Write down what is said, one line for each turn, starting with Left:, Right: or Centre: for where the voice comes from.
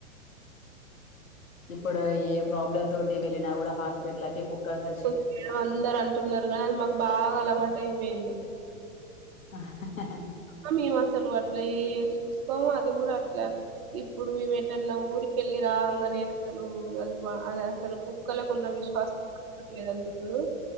Left: ఇప్పుడు ఏ ప్రాబ్లమ్ తోటి వెళ్ళినా కూడా హాస్పిటల్కి కుక్కకార్
Right: మ అందరు అంటున్నారు కానీ అది మాకు బాగా అల్వాటు అయిపోయింది
Left: ఆహ హ
Right: ఆ మేము అసాల్ అట్ల సూస్కోము అది కూడా అట్లా ఇప్పుడు మేము ఎటన్నా ఊరికెళ్ళి రాంగానే అసలు అది అది అస్లు కు కుక్కలకున్న విశ్వాసం మన్షులకు లేదంటారు చూడు